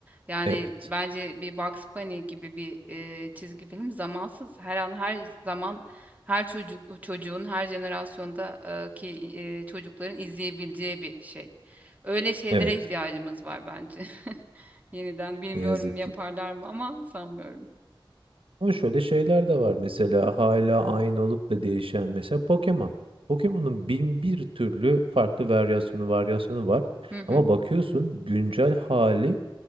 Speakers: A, on the right; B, on the right.
A: Yani
B: Evet.
A: bence bir Bugs Bunny gibi bir e, çizgi film zamansız. Her an her zaman her çocuk çocuğun her jenerasyonda e, ki e, çocukların izleyebileceği bir şey. Öyle şeylere
B: Evet.
A: ihtiyacımız var bence. <laughs> Yeniden bilmiyorum
B: Ne yazık
A: yaparlar
B: ki.
A: mı ama sanmıyorum.
B: Ama şöyle şeyler de var. Mesela hala aynı olup da değişen. Mesela Pokemon. Pokemon'un bin bir türlü farklı varyasyonu varyasyonu var.
A: Hı hı.
B: Ama bakıyorsun güncel hali